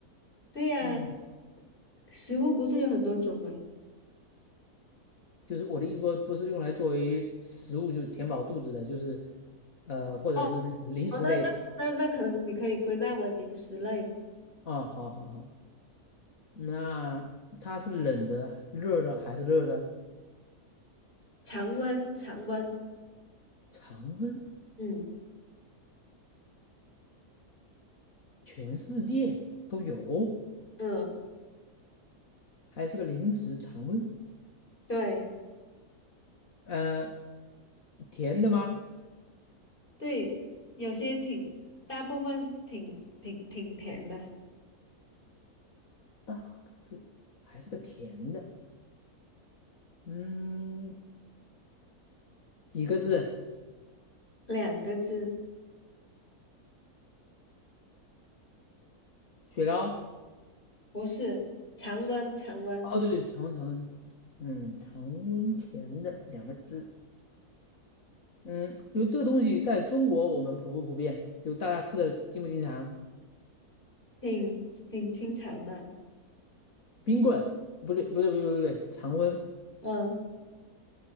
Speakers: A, on the left; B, on the left.
A: 对呀，
B: 嗯。
A: 食物不是有很多种吗？
B: 就是我的意思说，不是用来作为食物，就是填饱肚子的，就是呃，或者是那种零食类的
A: 哦，哦那那那那可能你可以归纳为零食类，
B: 啊。好好好，那它是冷的、热的还是热的？
A: 常温常温。
B: 常温，
A: 嗯
B: 全世界都有，
A: 嗯，
B: 还是个零食常温。
A: 对。
B: 呃，甜的吗？
A: 对，有些挺，大部分挺挺挺甜的，
B: 大部分还是个甜的。嗯，是
A: 两个字，
B: 雪糕。
A: 不是，常温常温，
B: 哦，对对，常温常温，嗯，常温甜的两个字。嗯，就这个东西在中国我们普不普遍？就大家吃的经不经常？
A: 挺挺清长的，
B: 冰棍不对，不对，不对，不对，常温，
A: 嗯，